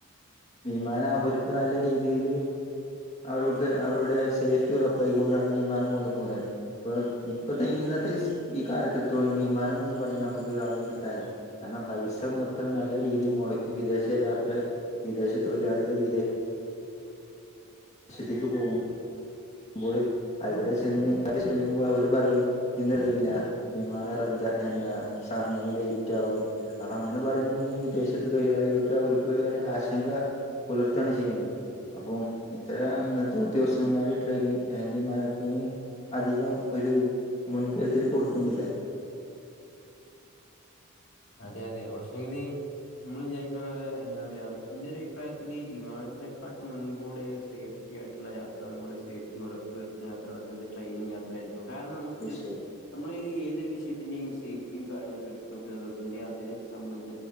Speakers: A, on the left; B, on the left.
A: വിമാനം ഒരുക്ക് നല്ല രീതിയില് അവർക്ക് അവരുടെ സേഫ്റ്റി ഉറപ്പായികൊണ്ടാണ് വിമാനം കൊണ്ടു പോണത് ഇപ്പ ഇപ്പഴത്തെ ന്നത്തെ ഈ കാലത്തിടു വിമാനന്ന് പറയ് നമുക്ക് അധികം കിട്ടന്നില്ല കാരണം പൈസ അത്ര നല്ല രീതിയിൽ മുടക്കി വിദേശ യാത്ര വിദേശ തൊഴിലാളികൾ വി വിദേശത്തേക്ക് പോക്കും പ്പോൾ അവിടെ ചെന്ന് ചൊല്ലുമ്പോൾ അവര് പറയും ഇന്നറിയില്ല വിമാന റദ്ദ എന്താ സമയ ലേറ്റ് ആകും അപ്പൊ അങ്ങനെ പറയുമ്പോ വിദേശ തൊഴിലാളികൾക്ക് അവ ആശങ്ക പുലർത്തുകയാണ് ചെയ്യുന്നത് അപ്പം ഇത്ര ഇന്നത്തെ ഉദ്യോഗസ്ഥന്മാര് ട്രെയിനി വിമാനത്തിന് അധികം ഒരു മുൻകരുതൽ കൊടു ക്കുന്നില്ല
B: അതെ അതെ പക്ഷെങ്കിൽ നമ്മള് വിചാരിക്കണ പോലെ എന്താ പറയാ എന്റെ ഒരു അഭിപ്രായത്തിൽ വിമാന തിനെക്കാട്ടും ഒന്നും കൂടെ സേഫ്റ്റി ആയിട്ടുള്ള യാത്ര ഒന്ന കൂടെ സേഫ്റ്റി ഉറപ്പ് വരുത്തുന്ന യാത്ര ട്രെയിൻ യാത്ര ആയിരിക്കും കാരണം നമുക്ക്
A: തീർച്ചയായും
B: നമ്മള ഒരു ഏത് ഒരു വിഷയത്തിന്റെയും സേഫ്റ്റിയും കാര്യങ്ങളൊക്കെ എടുത്ത് നോക്കുന്നത് അതി അതിനെ സംന്ധ